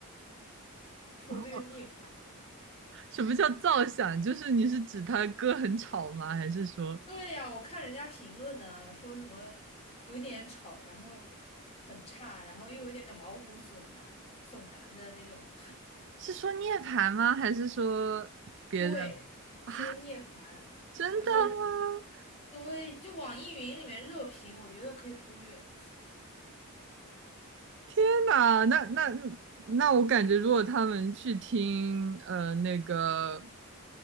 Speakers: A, on the left; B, on the right.
A: 说这个涅槃。
B: 哦什么叫造响？就是你是指他歌很吵吗？还是说
A: 对呀，我看人家评论呢，说什么有点吵，然后很差，然后又有点毛骨悚然、悚然的那种。
B: 是说涅槃吗？还是说别的
A: 对，
B: <laughs>
A: 说聂槃，
B: 啊？真的吗？
A: 我觉得对，就网易云里面热评，我觉得可以忽略。
B: 天哪，那那那我感觉，如果他们去听呃那个